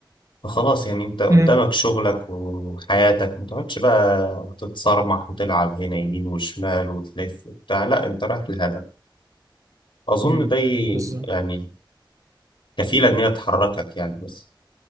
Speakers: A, on the left; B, on the right.
A: فخلاص يعني انت قدامك
B: امم
A: شغلك وحياتك ما تقعدش بقى تتصرمح وتلعب هنا يمين وشمال وتلف وبتاع لا انت رايح لهدف اظن
B: أمم.
A: ده ي-
B: بالظبط
A: يعني كفيلة ان هي تحركك يعني بس